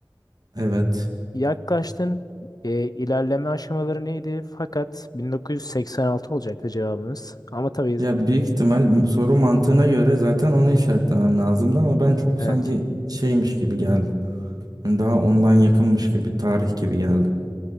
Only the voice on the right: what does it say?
Evet.
Ya büyük ihtimal soru mantığına göre zaten onu işaretlemem lazımdı ama ben çok
sanki şeymiş gibi geldi. Hani daha ondan yakınmış gibi tarih gibi geldi.